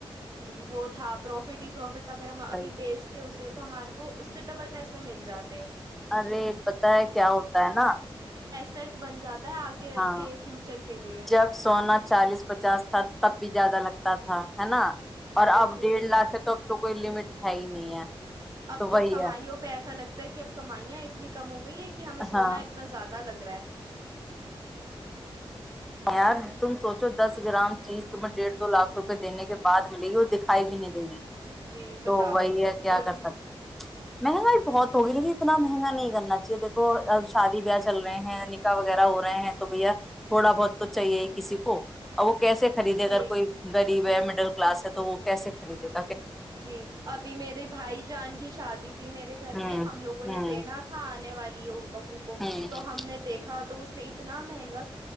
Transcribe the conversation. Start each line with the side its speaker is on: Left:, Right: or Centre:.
Right: وہ تھا پروفٹ ہی پروفٹ اگر ہم ابھی
Centre: صحیح ہے۔
Right: بیچتے اسے تو ہمارے کو اس سے ڈبل پیسے مل جاتے
Centre: ارے پتا ہے کیا ہوتا ہے نا
Right: سیٹ بناتا آگے
Centre: ہاں
Right: کے فیوچر کے لیے
Centre: جب سونا چالیس پچاس تھا تب بھی زیادہ لگتا تھا ہے نا اور
Right: بالکل
Centre: اب ڈیڑھ
Right: صحیح
Centre: لاکھ
Right: بات
Centre: سے
Right: ہے
Centre: تک تو کوئی لمٹ ہے ہی نہیںئی ہے
Right: اب
Centre: وہی
Right: تو کمائیوں
Centre: ہے
Right: پہ ایسا لگتا کہ اب کمائیاں اتنی کم ہوگی گئی ہے کہ ہمیں سونا
Centre: ہاں
Right: اتنا زیادہ لگا گریں
Centre: یار تم سوچو دس گرام چیز تمہیں ڈیھ دو لاکھ روپئے دینے کے بعد ملے گی اور دکھائی بھی نہیں دے گی
Right: جی
Centre: تو
Right: بتاؤ
Centre: وہی ہے کیا
Right: اور
Centre: کر سکتے مہنگائی بہت توگی لےے اتنا مہنگا نہیں کرنا چاہیے دیکوب شادی بیاہ چل رہے ہیں نکاح وغیرہ ہو رہے ہیں تو بھیا تھوڑا بہت تو چاہیے ہی کسی کو ا وہ کیسے خریدے اگر
Right: جی
Centre: کوئی غریب مڈل کلاس ہے تو وہ کیس خریدے گ
Right: جی ابھی میرے بھائی جان کی شادی تھی میرے گھر
Centre: ہوں
Right: میں ہم
Centre: ہوں
Right: لوگوں نے دینا
Centre: ہوں
Right: تھا انے والی بہو کو
Centre: ہ
Right: تو ہم نے دیکھا تو اس میں اتنا مہنگا